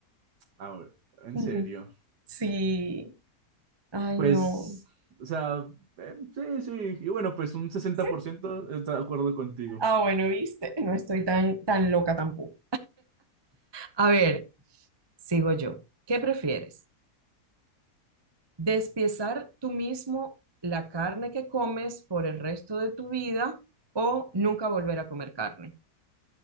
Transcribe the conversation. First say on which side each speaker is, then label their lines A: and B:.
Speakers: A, on the right (about 80°); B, on the right (about 25°).
A: A ver, en
B: Ujú.
A: serio.
B: Sí. Ay,
A: Pues,
B: no.
A: o sea, eh, sí, sí. Y bueno, pues un sesenta
B: Sí.
A: por ciento está de acuerdo contigo.
B: Ah, bueno, viste, no estoy tan, tan loca tampoco. A ver, Sigo yo. ¿Qué prefieres? ¿Despiezar tú mismo la carne que comes por el resto de tu vida o nunca volver a comer carne?